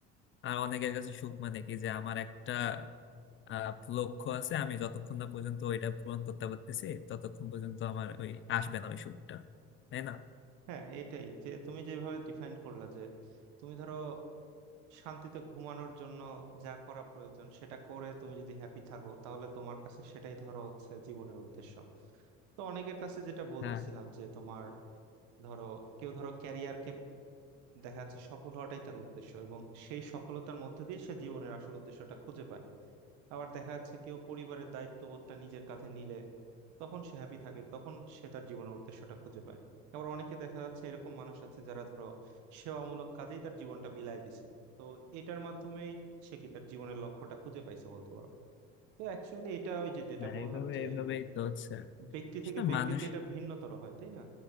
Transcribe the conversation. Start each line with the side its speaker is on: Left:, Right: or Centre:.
Left: আর অনেকের কাছে সুখ মানে কি যে আমার একটা আহ, লক্ষ্য আছে আমি যতক্ষণ না পর্যন্ত ওইটা পূরণ করতে পারতেছি ততক্ষণ পর্যন্ত আমার ওই আসবে না ওই সুখটা তাই না
Right: হ্যাঁ এইটাই যে তুমি যেভাবে ডিফাইন করলা যে তুমি ধরো শান্তিতে ঘুমানোর জন্য যা করা প্রয়োজন সেটা করে তুমি যদি হ্যাপি থাকো তাহলে তোমার কাছে সেটাই ধরো হচ্ছে জীবনের উদ্দেশ্য তো অনেকের কাছে যেটা বলতেছিলাম
Left: হ্যাঁ
Right: যে তোমার ধরো কেউ ধরো ক্যারিয়ারকে দেখা যাচ্ছে সফল হওয়াটাই তার উদ্দেশ্য এবং সেই সফলতার মধ্যে দিয়ে সে জীবনের আসল উদ্দেশ্যটা খুঁজে পায় আবার দেখা যাচ্ছে কেউ পরিবারের দায়িত্ববোধটা নিজের কাঁধে নিলে তখন সে হ্যাপি থাকে তখন সে তার জীবনের উদ্দেশ্যটা খুঁজে পায় আবার অনেকে দেখা যাচ্ছে এরকম মানুষ আছে যারা ধরো সেবামূলক কাজেই তার জীবনটা বিলায় দিছে তো এটার মাধ্যমেই সে কি তার জীবনের লক্ষ্যটা খুঁজে পাইছে বলতে পারো তো অ্যাকচুয়ালি এটা ওই যে যেটা
Left: হ্যাঁ
Right: বললাম
Left: এইভাবে
Right: যে
Left: এইভাবেই তো হচ্ছে
Right: ব্যক্তি
Left: আসলে
Right: থেকে ব্যক্তিতে
Left: মানুষ
Right: এটা ভিন্নতর হয় তাই না